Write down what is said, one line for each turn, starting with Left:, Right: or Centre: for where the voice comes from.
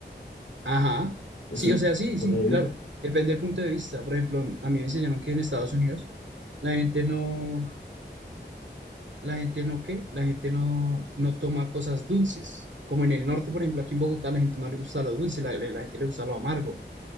Right: ajá.
Left: Eso,
Right: Sí, o sea, sí,
Left: por
Right: sí,
Left: ahí.
Right: claro. Depende del punto de vista. Por ejemplo, a mí me enseñaron que en Estados Unidos la gente no, la gente no, ¿qué? La gente no, no toma cosas dulces. Como en el norte, por ejemplo, aquí en Bogotá, la gente no le gusta lo dulce, la, la gente le gusta lo amargo.